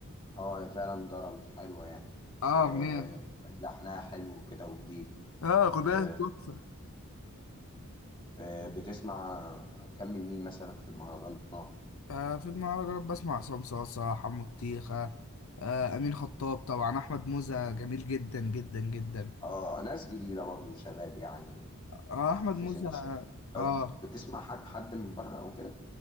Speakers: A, on the left; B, on the left.
A: اه هي فعلا ضربت حلوة يعني
B: اه
A: آه
B: أغنية
A: لحنها حلو كده وجديد
B: اه أغنية
A: آه
B: تحفة
A: آه بتسمع كمل مين مثلا في المهرجانات؟
B: آه في المهرجانات بسمع عصام صاصة حمو الطيخة آه أمين خطاب طبعا أحمد موزة جميل جدا جدا جدا
A: اه ناس جديدة برضو شباب يعني
B: آه أحمد
A: في
B: موزة
A: سن الشباب طب
B: اه
A: بتسمع حاج- حد من بره أو كده؟